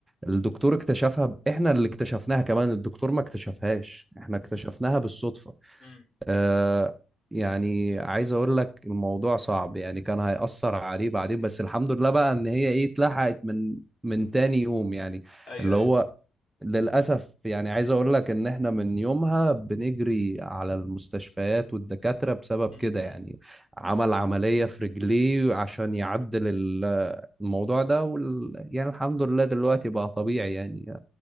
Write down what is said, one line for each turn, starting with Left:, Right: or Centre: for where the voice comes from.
Right: الدكتور اكتشفها ب- احنا اللي اكتشفناها كمان الدكتور ما اكتشفهاش احنا اكتشفناها بالصدفة
Left: امم
Right: آه يعني عايز اقول لك الموضوع صعب يعني كان هيأثر عليه بعدين بس الحمد لله بقى ان هي ايه اتلحقت من من تاني يوم يعني
Left: ايوه
Right: اللي
Left: ايوه
Right: هو للأسف يعني عايز اقول لك ان احنا من يومها بنجري على المستشفيات والدكاترة بسبب
Left: م- م.
Right: كده يعني عمل عملية في رجليه عشان يعدل ال- الموضوع ده وال... يعني الحمد لله دلوقتي بقى طبيعي يعني